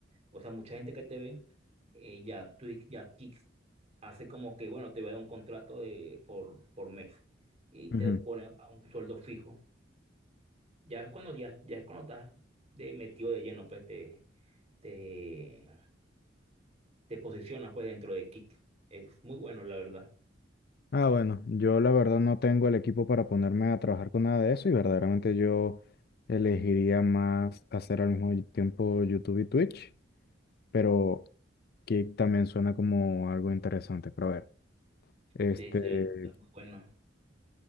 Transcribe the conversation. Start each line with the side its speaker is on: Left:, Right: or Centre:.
Right: o sea, mucha gente que te ve, eh, ya Twitch, ya Kick hace como que, bueno, te va a dar un contrato de, por, por mes y
Left: Ujú.
Right: te pone a un sueldo fijo. Ya es cuando, ya, ya es cuando estás de metido de lleno, pues te, te, te posicionas pues dentro de Kick. Es muy bueno, la verdad.
Left: Ah, bueno, yo la verdad no tengo el equipo para ponerme a trabajar con nada de eso y verdaderamente yo elegiría más hacer al mismo tiempo YouTube y Twitch, pero que también suena como algo interesante. Pero a ver. Este,
Right: Sí, sí, es muy bueno.